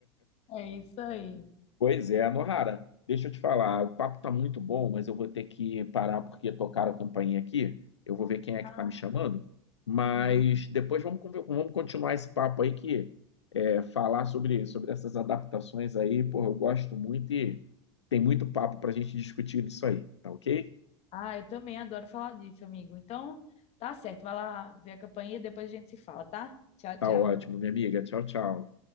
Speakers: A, on the left; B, on the left.
A: É isso aí.
B: Pois é, Nohara, deixa eu te falar, o papo tá muito bom, mas eu vou ter que parar porque tocaram a campainha aqui. Eu vou ver quem é que
A: Ah,
B: tá me chamando, mas
A: uhum.
B: depois vamos, conver- vamos continuar esse papo aí que é, falar sobre, sobre essas adaptações aí, pô, eu gosto muito e tem muito papo pra gente discutir nisso aí, tá ok?
A: Ah, eu também adoro falar disso, amigo. Então, tá certo, vai lá ver a campanha e depois a gente se fala, tá? Tchau,
B: Tá
A: tchau.
B: ótimo, minha amiga. Tchau, tchau.